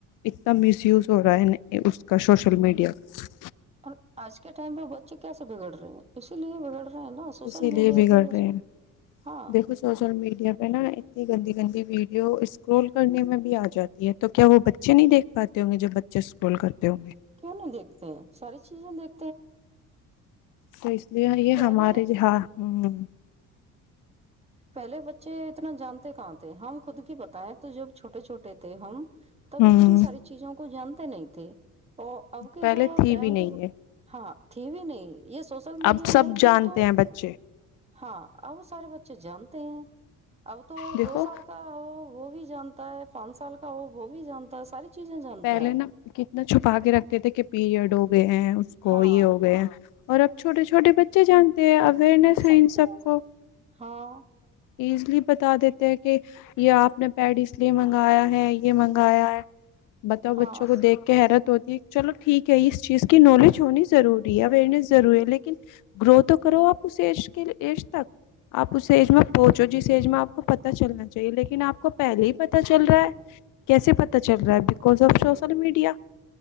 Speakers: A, on the left (about 70°); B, on the right (about 20°).
A: اتنا مس یوز ہو رہا ہے اس کا سوشل میڈیا کا
B: اور آج ٹائم پہ بچے کیس بگڑ رہے ہیں اسی لیے بگڑ رہے ہیں نا سوشل
A: اسی لیے
B: میڈیا
A: بھی
B: کے
A: کر رہے ہیں
B: ہاں
A: دیکھو سوشل میڈیا پہ نا اتنی گندی گند ویڈیو اسکرول کرنے میں بھی آ جاتی ہے تو کیا وہ بچے نہیں دیکھ پاتے ہوں گے جو بچے اسکرول کرتے ہوں گے
B: کیوں نہیں دیکھتے ہیں ساری چیزیں دیک
A: تو اس لیے یہ
B: پہلے
A: ہمارے ج ہاں ہوں
B: پہلے بچے اتنا جانتے کہاں تھے ہم خود کی بتائے تو جب چھوٹے چھوٹے تھے ہم تب
A: ہ
B: اتنی ساری چیزوں کو جان نہیں تھے اور اب کے
A: پہلے
B: جو
A: تھی
B: ٹائم
A: بھی نہیں
B: کے
A: ہے
B: ہاں ت بھی نہیں یہ سوشل میڈیا
A: اب سب
B: نہیں
A: جانتے
B: تھی تو
A: ہیں بچے
B: ہاں ا وہ سارے بچے جانتے ت اب تو
A: دیکھو
B: دو سال کا وہ بھی جمپ جتا ہے پانچ سال کا ہو وہ بھی جانتا ہے ساری چیزیں جانتا
A: پہلے
B: ہے
A: نا کتنا چھپا کے رکھتے تھے کہ پیریڈ ہو گئے ہیں اس کو
B: ہاں
A: یہ ہو گئے اور اب چوٹے چو چھوٹے بچے جانتے ہیں اوئیرنیس ہے
B: ساری
A: ان
B: چیزیں
A: سب کو
B: ہاں
A: ایزلی بتا دیتے ہیں کہ یہ آپ نے پیڈ اس لیے منگایا ہے یہ منگایا ہے بتاؤ بچوں
B: ہاں
A: کو دیکھ کے حیرت ہوتی چلو ٹھیک ہے اس چیز کی نالج ہونی ضروری ہے اوئرنیس ضروری ہے لیکن گرو تو کرو آپ اس ایج کے ایج تک اس ایج میں پہنچو جس ج میں آپ کو پت چلنا چاہیے لیکن آپ کو پہلے ہی پتا چل رہا ہے کیسے پتا چل رہا ہے because of social media